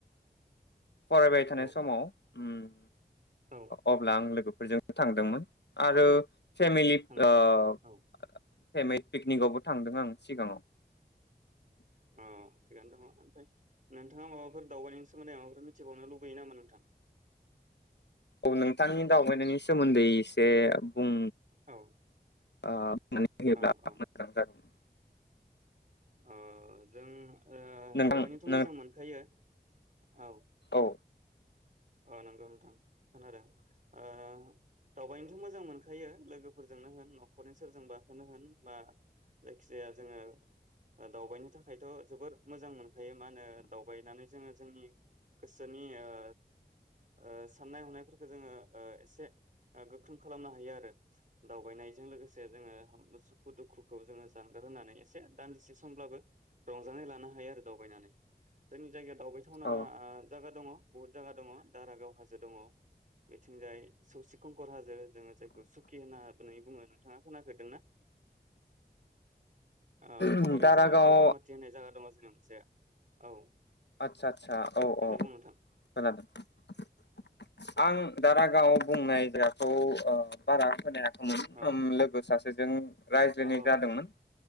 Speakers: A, on the left (about 80°); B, on the right (about 50°).
A: फरायबाय थानाय
B: औ
A: समाव उम्म
B: औ
A: अब्ला आं लोगो फोरजोंनो थांदोंमोन आरो फेमिलि
B: थांदोंमोन
A: ओ
B: औ
A: फेमिलि पिकनिकआवबो थांदों आं सिगाङाव।
B: अ थिगानो दङ ओमफ्राय नोंथाङा माबाफोर दावबायनायनि सोमोन्दै माबाफोर मिथिबावनो लुबैयो नामा नोंथां?
A: औ नोंथांनि दावबायनायनि सोमोन्दै एसे बुं
B: औ
A: आ <unintelligible> होयोब्ला
B: अ अ
A: मोजां जागोन।
B: ओ जों
A: नोंथां
B: दावबायनोथ'
A: नों
B: मोजां मोनखायो। औ।
A: औ
B: अ नंगौ नोंथां खोनादों ओ दावबायनोथ' मोजां मोन खायो लोगोफोरजोंनो होन न'खरनि सोरजोंबाखोनो होन, बा जायखिजाया जोङो दावबायनो थाखायथ' जोबोर मोजां मोनखायो मा होनो दावबायनानै जोङो जोंनि गोसोनि ओ ओ साननाय हनायफोरखौ जोङो एसे गोख्रों खालामनो हायो आरो दावबायनायजों लोगोसे जोङो सुखु दुखुखौ जोङो जानगार होनानै एसे दान्दिसे समब्लाबो रंजानाय लानो हायो आरो दावबायनानै जोंनि जायगायाव दावबायथावना
A: औ
B: जायगा दङ। बहुत जागा दङ। दारागाव हाजो दङ, बेथिंजाय सौसि खंखर हाजो, जोङो जायखौ सुखि होननानै बुङो। नोंथाङा खोनाफेरदोंना? ओ
A: दारागाव
B: ओरैजा बगामाथि होननाय जायगा दङ जोंहानिथिंजाय। औ।
A: आदसा आदसा औ औ
B: दे बुं
A: खोनादों।
B: नोंथां
A: <inaudible> आं दारागावआव
B: औ
A: बुंनाय जायगाखौ बारा खोनायाखै <unintelligible>
B: औ
A: लोगो सासेजों रायज्लायनाय
B: औ
A: जादोंमोन